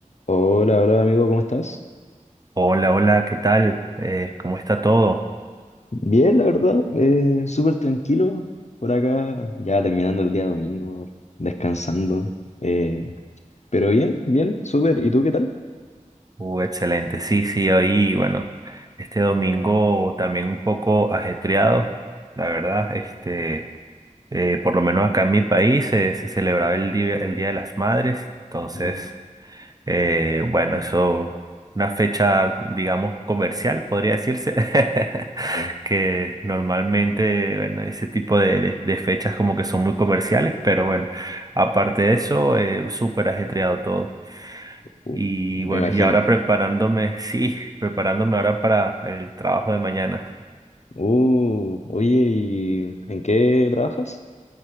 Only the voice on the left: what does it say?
Hola, hola amigo, ¿cómo estás?
Bien, la verdad, eh, súper tranquilo por acá, ya terminando el día domingo, descansando, eh, pero bien, bien, súper, ¿y tú qué tal?
Mm,
eh,
uh,
me
imagino.
Uh, oye, ¿y en qué trabajas?